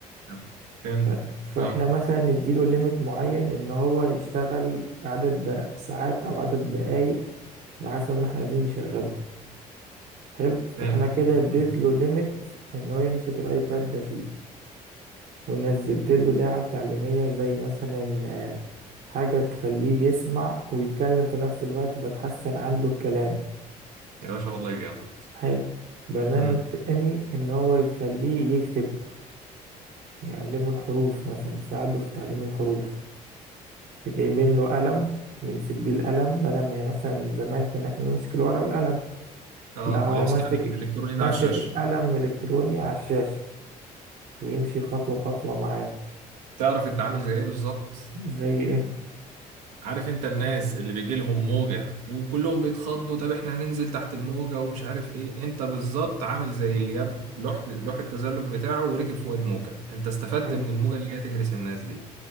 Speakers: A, on the right; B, on the right.
A: تمام. فهمتك
B: ف- فإحنا
A: اه
B: مثلا نديله ليميت معين إن هو يشتغل عدد د- ساعات أو عدد دقايق على حسب ما إحنا عايزين نشغله حلو
A: فهمت
B: فإحنا كده اديت
A: مم.
B: له ليميت إن هو يمسك الأيباد ده فيه ونزلت له لعب تعليمية زي مثلا آه، حاجة تخليه يسمع ويتكلم في نفس الوقت فتحسن عنده الكلام
A: يا باشا والله جامد
B: حلو برنامج
A: مم.
B: تاني ان هو يخليه يكتب يعلمه الحروف مثلا يساعده في تعليم الحروف فجايبين له قلم يمسك بيه القلم بدل ما مثلا زمان كنا احنا نمسك الورقة والقلم
A: اه
B: لا
A: هو
B: هو
A: يمسك
B: ماسك
A: القلم الالكتروني
B: ماسك
A: ده على الشاشة
B: القلم الإلكتروني على الشاشة ويمشي خطوة خطوة معاه
A: تعرف انت عامل زي ايه بالظبط
B: زي ايه
A: عارف انت الناس اللي بيجي لهم موجة وكلهم بيتخضوا طب احنا هننزل تحت الموجة ومش عارف ايه انت بالظبط عامل زي اللي جاب لوح لوح التزلج بتاعه وركب فوق الموجة انت استفدت
B: حلو
A: من الموجة اللي هي تهرس الناس دي